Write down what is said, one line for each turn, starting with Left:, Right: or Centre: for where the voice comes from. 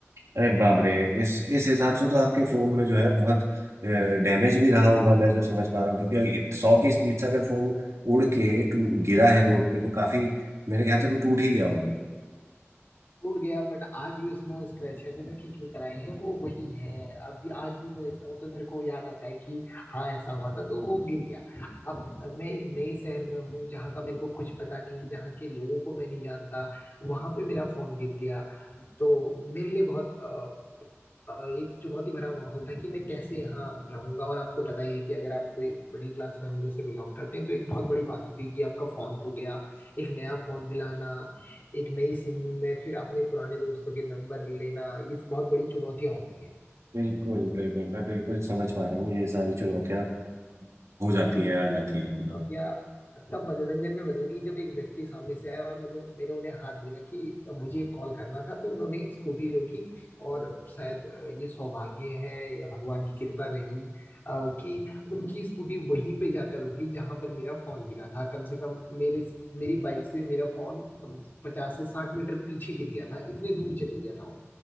Right: अरे बाप रे इस इस हिसाब से तो आपके फोन में जो है बहुत डैमेज भी रहा होगा मैं जो समझ पा रहा हूँ क्योंकि सौ की स्पीड से अगर फोन उड़ के टू- गिरा है रोड पे तो काफी मेरे ख्याल से वो टूट ही गया होगा
Left: टूट गया बट आज भी उसमें वो स्क्रैच है मैंने ठीक नहीं कराए हैं वो वही है अभी आज भी मैं देखता हूँ तो मेरे को याद आता है कि हाँ ऐसा हुआ था तो वो गिर गया अब मैं एक नए शहर में हूँ जहाँ का मेरे को कुछ पता नहीं जहाँ के लोगों को मैं नहीं जानता वहां पे मेरा फोन गिर गया तो मेरे लिए बहुत अ, अ, एक चुनौती भरा माहौल था कि मैं कैसे यहाँ रहूंगा और आपको पता ही है कि अगर आप कोई मिडिल क्लास फैमिली से बिलोंग करते हैं तो एक बहुत बड़ी बात होती है कि आपका फोन खो गया एक नया फोन दिलाना एक नई सिम में फिर अपने पुराने दोस्तों के नंबर लेना ये बहुत बड़ी चुनौतियां होती हैं
Right: बिल्कुल बिल्कुल मैं बिल्कुल समझ पा रहा हूँ ये सारी चुनौतियां हो जाती
Left: तो
Right: है आ जाती
Left: ये
Right: है हम्म
Left: बातियां तब मनोरंजन में बदल गई जब एक व्यक्ति सामने से आया और मैंने मैंने उन्हें हाथ दिया कि मुझे कॉल करना था तो उन्होंने स्कूटी रोकी और शायद अ, ये सौभाग्य है या भगवान की कृपा रही अ, कि उनकी स्कूटी वहीं पे जाकर रुकी जहां पर मेरा फोन गिरा था कम से कम मेरे मेरी बाइक से मेरा फोन कम से पचास से साठ मीटर पीछे गिर गया था इतने दूर चले गया था वो